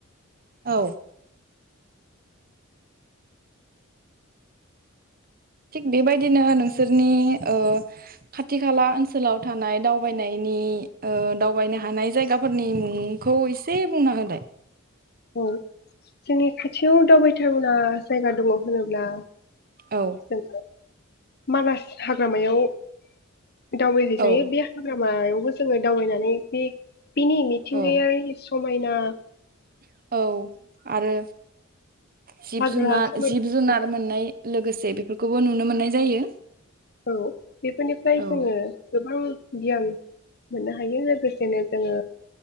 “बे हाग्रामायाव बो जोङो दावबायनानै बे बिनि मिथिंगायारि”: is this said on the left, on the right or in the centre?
Left